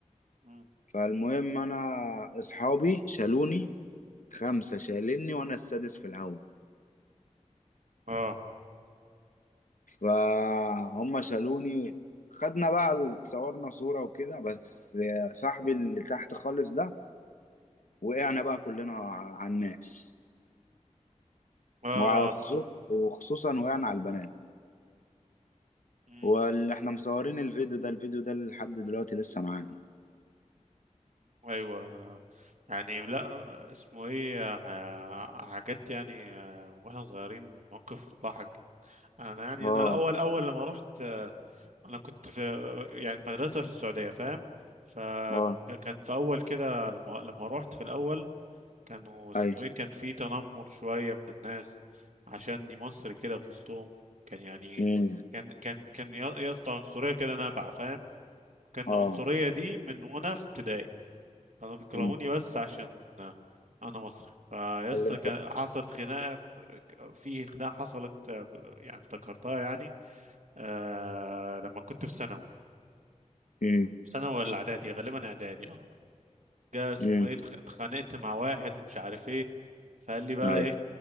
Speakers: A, on the right; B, on the left.
A: مم.
B: فالمهم انا اصحابي شالوني خمسة شالني وانا السادس في الهوا
A: اه
B: فهم شالوني خدنا بقى ال- اتصورنا صورة وكده بس صاحبي اللي تحت خالص ده وقعنا بقى كلنا ع- على الناس
A: اه
B: وخصوصا
A: اه
B: وخصوصا وقعنا على البنات
A: مم.
B: واللي احنا مصورين الفيديو ده الفيديو ده لحد دلوقتي لسه معانا
A: ايوه يعني لا اسمه ايه ح- حاجات يعني آه، واحنا صغيرين موقف ضحك جدا. انا يعني
B: اه
A: انا الاول اول لما رحت آه، انا كنت في يعني في مدرسه في السعوديه فاهم فكان
B: اه
A: في اول كده لما لما رحت في الاول كانوا اسمه
B: اي
A: ايه كان في تنمر شويه من الناس عشاني مصري كده في وسطهم كان يعني
B: امم
A: كان كان كان يا يا اسطى عنصريه كده نابعه فاهم كان
B: اه
A: العنصريه دي من وانا في ابتدائي كانوا بيكرهوني
B: امم
A: بس عشان انا مصري فيا اسطى
B: اللي انت
A: كان حصلت خناقه في خناقه حصلت آه، يعني افتكرتها يعني آه لما كنت في ثانوي
B: امم
A: في ثانوي ولا اعدادي غالبا اعدادي اه جا اسمه
B: امم
A: ايه اتخ- اتخانقت مع واحد ومش عارف ايه فقال لي بقى
B: اي
A: ايه